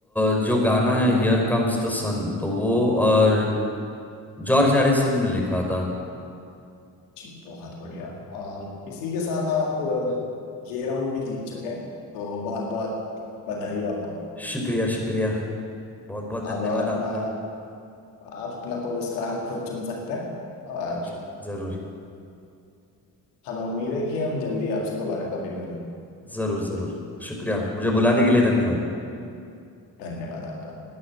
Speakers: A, in the centre; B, on the left.
A: अ, जो गाना है हियर कम्स द सन तो वो अ, जॉर्ज हैरिसन ने लिखा था
B: जी बहुत बढ़िया और इसी के साथ आप अ, ये राउंड भी जीत चुके हैं तो बहुत बहुत बधाई हो आपको
A: शुक्रिया शुक्रिया बहुत बहुत धन्यवाद
B: अब अपना
A: आपका
B: आप अपना पुरस्कार खुद चुन सकते हैं और
A: जी जरूर
B: हमें उम्मीद है कि हम जल्दी आपसे दोबारा कभी मिलेंगे
A: जरूर जरूर शुक्रिया मुझे बुलाने के लिए धन्यवाद
B: धन्यवाद आपका